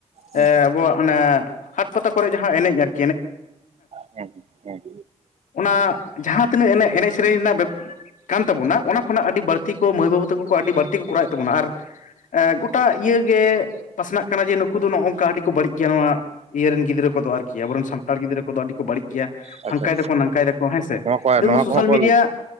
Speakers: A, on the right; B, on the left.
A: ᱦᱩᱸ
B: ᱟᱵᱚᱣᱟᱜ ᱚᱱᱟ ᱦᱟᱴ ᱯᱟᱛᱟ ᱠᱚᱨᱮ ᱡᱟᱦᱟᱸ ᱮᱱᱮᱡ ᱟᱨᱠᱤᱼᱼ
A: ᱦᱮᱸ ᱦᱮᱸ ᱦᱮᱸ
B: <inaudible> ᱡᱟᱦᱟᱸ ᱛᱤᱱᱟᱹᱜ ᱮᱱ ᱮᱱᱮᱡ ᱥᱮᱨᱮᱧ ᱨᱮᱱᱟᱜ ᱠᱟᱱ ᱛᱟᱵᱚᱱᱟ ᱚᱱᱟ ᱠᱷᱚᱱᱟᱜ ᱟᱹᱰᱤ ᱵᱟᱹᱲᱛᱤ ᱠᱚ ᱢᱟᱹᱭ ᱵᱟᱹᱵᱩ ᱛᱟᱠᱚ ᱠᱚ ᱟᱹᱰᱤ ᱵᱟᱹᱲᱛᱤ ᱠᱚ ᱠᱚᱨᱟᱣᱮᱫ ᱛᱟᱵᱚᱱᱟ ᱟᱨᱼᱼ ᱜᱚᱴᱟ ᱤᱭᱮ ᱜᱮ ᱯᱟᱥᱱᱟᱜ ᱠᱟᱱᱟ ᱡᱮ ᱱᱩᱠᱩ ᱫᱚ ᱱᱚᱝᱠᱟ ᱠᱚ ᱵᱟᱹᱲᱤᱡ ᱜᱮᱭᱟ ᱱᱚᱣᱟ᱾ ᱤᱭ ᱨᱮᱱ ᱜᱤᱫᱽᱨᱟᱹ ᱠᱚᱫᱚ ᱟᱨᱠᱤ ᱟᱵᱚᱨᱮᱱ ᱥᱟᱱᱛᱟᱲ ᱜᱤᱫᱽᱨᱟᱹ ᱠᱚ ᱟᱹᱰᱤ ᱠᱚ ᱵᱟᱹᱲᱤᱡ ᱜᱮᱭᱟ᱾
A: ᱟᱪᱪᱷᱟ
B: ᱦᱟᱱᱠᱟᱭ ᱫᱟᱠᱚ ᱱᱟᱝᱠᱟᱭ ᱫᱟᱠᱚ ᱦᱮᱸ ᱥᱮ
A: ᱱᱚᱣᱟ ᱠᱚ
B: ᱤᱱᱟ
A: ᱱᱚᱣᱟ
B: ᱫᱚ ᱥᱳᱥᱟᱞ
A: ᱠᱚᱦᱚᱸ ᱠᱚ
B: ᱢᱤᱰᱤᱭᱟᱼᱼ